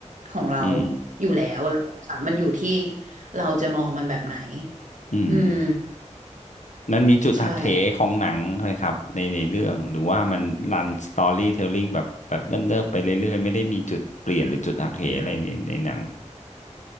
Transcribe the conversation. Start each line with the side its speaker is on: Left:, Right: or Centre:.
Right: ของเรา
Left: อืม
Right: อยู่แล้วอะไรอย่างเงี้ยค่ะมันอยู่ที่เราจะมองมันแบบไหน
Left: อืม
Right: อืม
Left: มันมีจุดหักเหของหนังเลยครับในในเรื่องหรือว่ามันรันสตอรี่เทลลิ่งแบบแบบเดิมๆไปเรื่อยๆไม่ได้มีจุดเปลี่ยนหรือจุดหักเหอะไรในในหนัง
Right: ใช่